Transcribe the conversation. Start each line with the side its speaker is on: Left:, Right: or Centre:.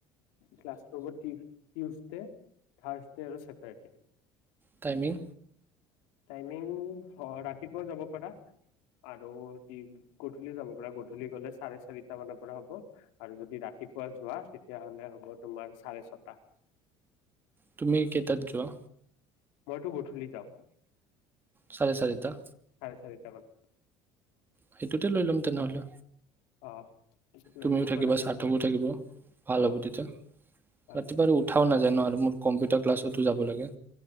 Left: ক্লাছটোব টিউচডে? থাৰ্ছডে আৰু চেটাৰডে।
Right: টাইমিং?
Left: টাইমিং অ ৰাতিপুৱা যাব পাৰা, আৰু গধূলি যাব পাৰা গধূলি গ'লে চাৰে চাৰিটা মানৰ পৰা হ'ব আৰু যদি ৰাতিপুৱা যোৱা? তেতিয়াহলে হ'ব তোমাৰ চাৰে ছটা।
Right: তুমি কেটাত যোৱা।
Left: মইতো গধূলি যাম।
Right: চাৰে চাৰিতা?
Left: চাৰিতা মন।
Right: সেইটোতে লৈ ল'ম তেনেহ'লে।
Left: অ। পিছত লৈ
Right: তুমিও
Left: ল'ব
Right: থাকিবা
Left: পাৰা
Right: স্বাৰ্থৱো থাকিব ভাল
Left: অ'
Right: হ'ব তেতিয়া,
Left: ভাল
Right: ৰাতিপুৱা
Left: হ'ব
Right: আৰু উঠাও নাযায় ন আৰু মোৰ কম্পিউটাৰ ক্লাছ? যাব লাগে?